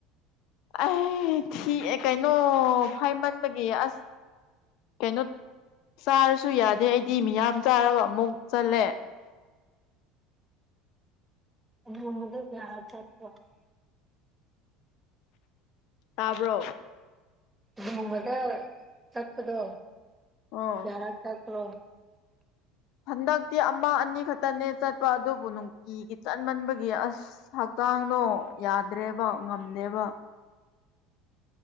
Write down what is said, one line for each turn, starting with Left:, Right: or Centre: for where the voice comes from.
Left: ꯑꯩ ꯊꯤ ꯀꯩꯅꯣ ꯐꯥꯏꯃꯟꯕꯒꯤ ꯑꯁ ꯀꯩꯅꯣ ꯆꯥꯔꯁꯨ ꯌꯥꯗꯦ ꯑꯩꯗꯤ ꯃꯤꯌꯥꯝ ꯆꯥꯔꯒ ꯑꯃꯨꯛ ꯆꯠꯂꯦ
Right: <unintelligible>
Left: ꯇꯥꯕ꯭ꯔꯣ
Right: ꯅꯣꯡꯃꯗ ꯆꯠꯄꯗꯣ
Left: ꯑꯣ
Right: ꯀꯌꯥꯔꯛ ꯆꯠꯕꯔꯣ
Left: ꯍꯟꯗꯛꯇꯤ ꯑꯃ ꯑꯅꯤ ꯈꯛꯇꯅꯦ ꯆꯠꯄ ꯑꯗꯨꯕꯨ ꯅꯨꯡꯇꯤꯒꯤ ꯆꯠꯃꯟꯕꯒꯤ ꯑꯁ ꯍꯛꯆꯥꯡꯗꯣ ꯌꯥꯗ꯭ꯔꯦꯕ ꯉꯝꯗꯦꯕ